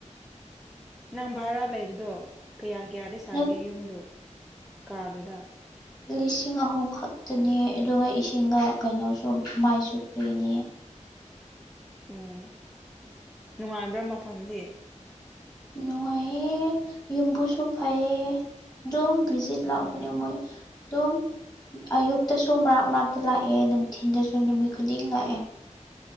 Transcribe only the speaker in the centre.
ꯅꯪ ꯚꯔꯥ ꯂꯩꯕꯗꯣ ꯀꯌꯥ ꯀꯌꯥꯗ ꯁꯥꯒꯦ
ꯌꯨꯝꯗꯨ ꯀꯥꯗꯨꯗ
ꯎꯝ ꯅꯨꯡꯉꯥꯏꯕ꯭ꯔꯥ ꯃꯐꯝꯗꯤ
ꯎꯝ